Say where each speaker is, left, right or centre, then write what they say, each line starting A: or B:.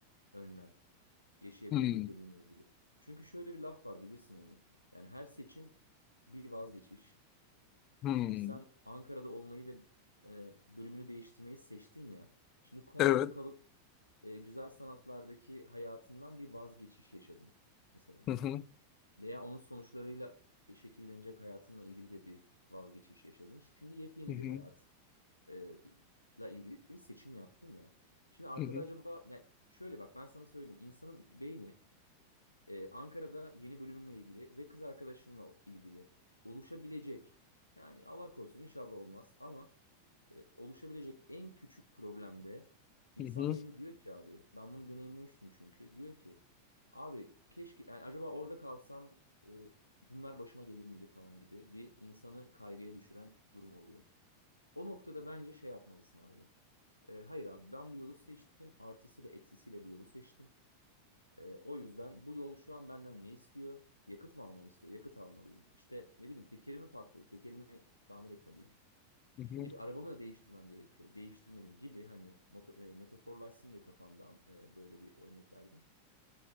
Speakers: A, on the left; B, on the left.
A: önlem yaşayabilecekleriyle
B: Hmm,
A: ilgili. Çünkü şöyle bir laf var bilirsin onu. Yani her seçim bir vazgeçiş.
B: hmm.
A: Şimdi sen Ankara'da olmayı ve e, bölümünü değiştirmeyi seçtin ya. Şimdi Konya'da
B: Evet.
A: kalıp e, güzel sanatlardaki hayatından bir vazgeçiş yaşadın mesela.
B: Hı hı,
A: Veya onun sonuçlarıyla şekillenecek hayatınla ilgili de bir vazgeçiş yaşadın. Şimdi yepyeni
B: hı hı,
A: bir hayat e, la ilgili bir seçim yaptın ya. Şimdi arkada
B: hı hı.
A: acaba yani şöyle bak ben sana söyleyeyim. İnsanın beyni ee, Ankara'da yeni bölümünle ilgili ve kız arkadaşınla ilgili oluşabilecek yani Allah korusun inşallah olmaz ama e, oluşabilecek en küçük problemde insan
B: Hı hı,
A: beni diyor ki abi ben bunu deneyimlemiştim çünkü diyor ki abi keşke yani acaba orada kalsam e, bunlar başıma gelir miydi falan gibi bir insanı kaygıya düşüren durum oluyor. O noktada bence şey yapmalısın abi. E, hayır abi ben bu yolu seçtim artısıyla eksisiyle bu yolu seçtim. Ee, o yüzden bu yol şu an benden ne istiyor? Yakıt mı almamı istiyor? Yakıt almalıyım. İşte ne bileyim tekerimi patladı. Tekerimi tamir etmeliyim.
B: hı hı,
A: İşte ne bir arabamı da değiştirmem gerekiyor. Değiştirmeliyim gibi hani moto, e, metaforlaşsın diye kafamda e, böyle bir örnek verdim.